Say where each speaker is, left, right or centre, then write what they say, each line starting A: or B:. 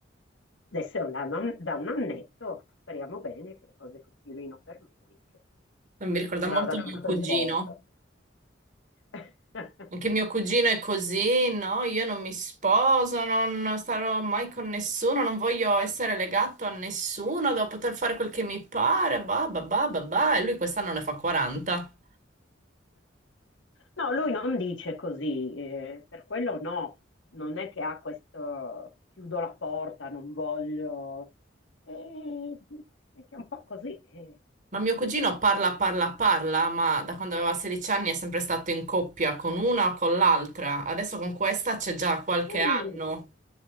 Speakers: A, on the left; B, on the right.
A: Adesso è un anno- da un annetto, speriamo bene che le cose continuino per lui, che,
B: Mi ricorda
A: che
B: molto
A: vada
B: mio
A: tutto
B: cugino.
A: in posto. <laughs>
B: Anche mio cugino è così, no? Io non mi sposo, non starò mai con nessuno, non voglio essere legato a nessuno, devo poter fare quel che mi pare, bah, bah, bah, bah, bah. E lui quest'anno ne fa 40.
A: No, lui non dice così, eh, per quello no, non è che ha questo chiudo la porta, non voglio, eh, è che è un po' così. eh.
B: Ma mio cugino parla, parla, parla, ma da quando aveva 16 anni è sempre stato in coppia con una o con l'altra. Adesso con questa c'è già qualche
A: Sì.
B: anno.
A: sì, sì.